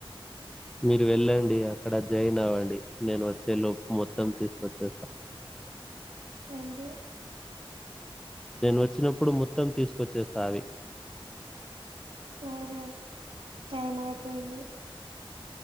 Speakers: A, in the centre; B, on the right (about 70°).
A: మీరు వెళ్ళండి అక్కడ జయిన్ అవ్వండి నేను వచ్చే లోపు మొత్తం తీసుకొచ్చేస్తా
B: ఏంది
A: నీను వచ్చినప్పుడు మొత్తం తీసుకొచ్చేస్తా అవి
B: సరే టైం అయిపోయేది